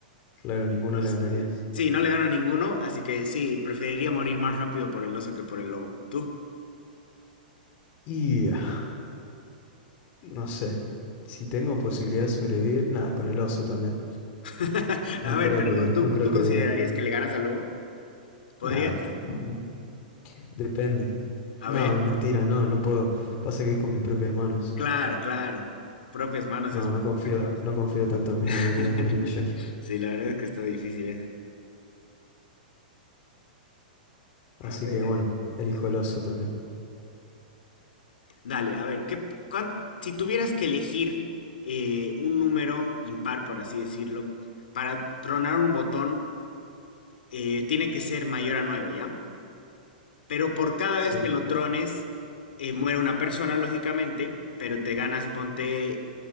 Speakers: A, on the left; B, on the left.
A: Claro, ninguno
B: Este,
A: le ganarías.
B: sí, no le gano a ninguno, así que sí, preferiría morir más rápido por el oso que por el lobo. ¿Tú?
A: Y <sighs> ah, no sé. Si tengo posibilidad de sobrevivir, nada, con el oso también.
B: <laughs>
A: No
B: A ver,
A: creo
B: pero
A: que,
B: ¿tú,
A: no creo
B: tú
A: que
B: considerarías
A: viva.
B: que le ganas al lobo? ¿Podrías?
A: Nada, t- mm, depende.
B: A
A: No,
B: ver,
A: mentira, no, no puedo. Pasa que es con mis propias manos.
B: claro, claro. Propias manos
A: No,
B: es otra
A: no confío,
B: cosa.
A: no confío tanto en mis
B: <laughs>
A: habilidades de lucha.
B: Sí, la verdad es que está difícil esa.
A: Así
B: A ver.
A: que bueno, elijo
B: es-
A: el oso también.
B: Dale, a ver, ¿qué, cuán- si tuvieras que elegir eh, un número impar, por así decirlo, para tronar un botón, eh, tiene que ser mayor a 9, ¿ya? Pero por cada
A: Sí.
B: vez que lo trones, eh, muere una persona, lógicamente, pero te ganas, ponte